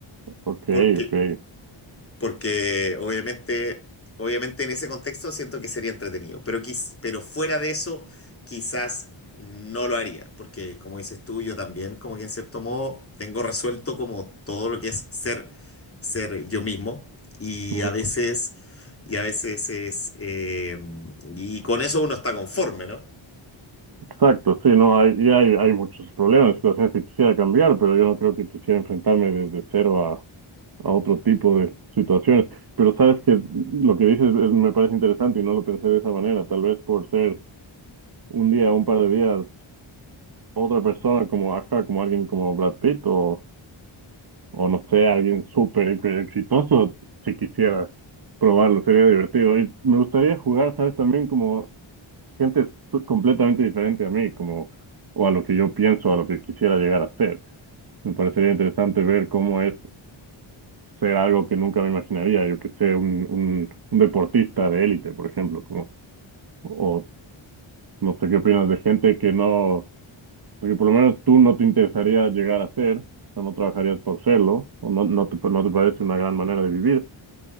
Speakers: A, on the right; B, on the left.
A: Ok,
B: Porque
A: ok.
B: porque obviamente, obviamente en ese contexto siento que sería entretenido, pero, quiz- pero fuera de eso quizás no lo haría, porque como dices tú, yo también como que en cierto modo tengo resuelto como todo lo que es ser, ser yo mismo y
A: Ujú.
B: a veces, y a veces es, eh, y con eso uno está conforme, ¿no?
A: Exacto, sí, no, hay, y hay, hay muchos problemas, situaciones que quisiera cambiar, pero yo no creo que quisiera enfrentarme desde cero a otro tipo de situaciones. Pero sabes que lo que dices es- me parece interesante y no lo pensé de esa manera. Tal vez por ser un día, un par de días, otra persona como Aja, como alguien como Brad Pitt o, o no sé, alguien súper hiper exitoso, si quisiera probarlo, sería divertido. Y me gustaría jugar, sabes, también como gente t- completamente diferente a mí, como o a lo que yo pienso, a lo que quisiera llegar a ser. Me parecería interesante ver cómo es ser algo que nunca me imaginaría, yo que sé, un, un, un deportista de élite, por ejemplo, como, o no sé qué opinas de gente que no, que por lo menos tú no te interesaría llegar a ser, o no trabajarías por serlo, o no, no te, no te parece una gran manera de vivir,